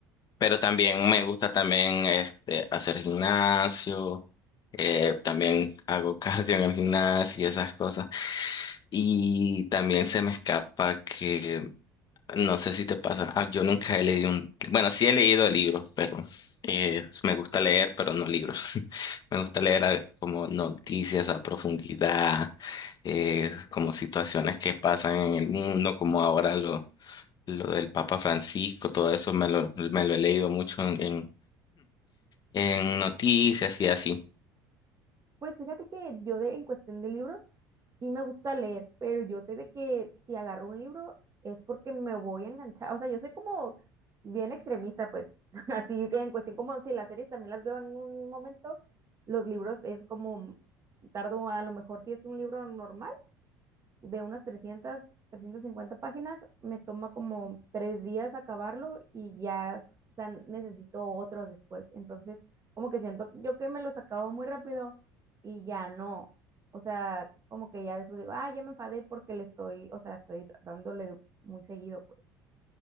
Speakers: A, on the left; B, on the right.
A: pero también me gusta también este, hacer gimnasio, eh, también hago <laughs> cardio en el gimnasio y esas cosas. Y también se me escapa que, no sé si te pasa, ah, yo nunca he leído un, bueno, sí he leído libros, pero eh, me gusta leer, pero no libros. <laughs> Me gusta leer ah, como noticias a profundidad, eh, como situaciones que pasan en el mundo, como ahora lo, lo del Papa Francisco, todo eso me lo, me lo he leído mucho en, en, en noticias y así.
B: Pues fíjate que yo de, en cuestión de libros, sí me gusta leer, pero yo sé de que si agarro un libro es porque me voy a enganchar. O sea, yo soy como bien extremista, pues <laughs> así que en cuestión como si las series también las veo en un momento, los libros es como tardo a lo mejor si es un libro normal de unas 300, cincuenta páginas, me toma como tres días acabarlo y ya, o sea, necesito otro después. Entonces, como que siento yo que me los acabo muy rápido y ya no. O sea, como que ya después digo, ah, ya me enfadé porque le estoy, o sea, estoy dándole muy seguido, pues.